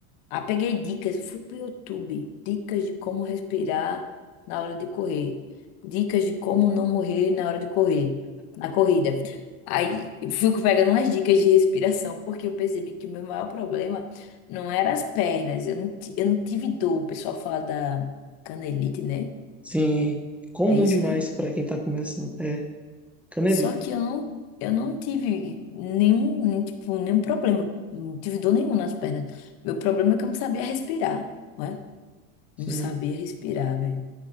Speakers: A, on the left (about 55°); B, in the centre.
A: a peguei dicas, eu fui pro YouTube, dicas de como respirar na hora de correr, dicas de como não morrer na hora de correr, na corrida. Aí fui pegando umas dicas de respiração, porque eu percebi que o meu maior problema não era as pernas, eu não, ti- eu não tive dor. O pessoal fala da canelite, né?
B: sim. Comum
A: É isso,
B: demais
A: né?
B: pra quem tá começando. É, Canelite.
A: Só que eu não, eu não tive nenhum, nem, tipo, nenhum problema. Não tive dor nenhuma nas pernas. Meu problema é que eu não sabia respirar, né?
B: Sim,
A: Não sabia respirar, velho.